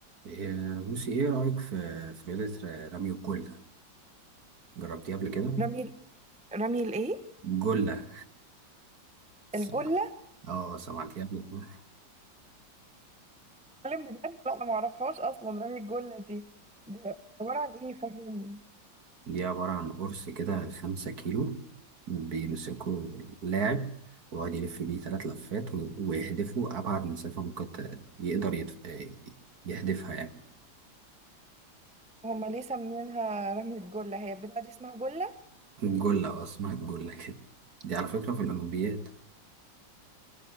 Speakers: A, on the right (about 50°); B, in the centre.
A: إيه، بصي ايه رأيك في في رياضة ر- رمي الجلة جربتيها قبل كده
B: رمي رمي الايه
A: جلة سمعت
B: الجلة
A: اه سمعتيها قبل كده
B: اتكلم بجد لا أنا معرفهاش أصلا رمي الجلة دي دي عبارة عن إيه فهمني
A: <laughs> دي عبارة عن قرص كده خمسة كيلو بيمسكوا اللاعب ويقعد يلف بيه ثلاث لفات و- ويهدفوا أبعد مسافة ممكن ت- يقدر يتف... إيه، يهدفها يعني
B: هما ليه سمينها رمي الجلة هي البتاعة دي اسمها جلة
A: الجلة اه اسمها الجلة كده دي على فكرة في الأولمبياد